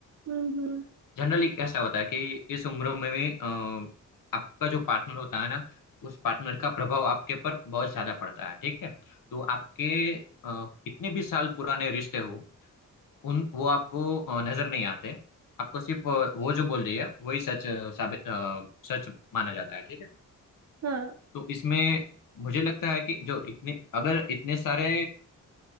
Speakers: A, on the right; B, on the left.
A: हम्म हम्म,
B: जनरली ऐसा होता है कि इस उम्र में भी अ, आपका जो पार्टनर होता है ना उस पार्टनर का प्रभाव आपके पर बहुत ज्यादा पड़ता है ठीक है तो आपके अ, कितने भी साल पुराने रिश्ते हो उन वो आपको अ, नजर नहीं आते आपको सिर्फ अ, वो जो बोल रही है वही सच अ, साबित अ, सच माना जाता है ठीक है
A: हाँ
B: तो इसमें मुझे लगता है कि जो इतने अगर इतने सारे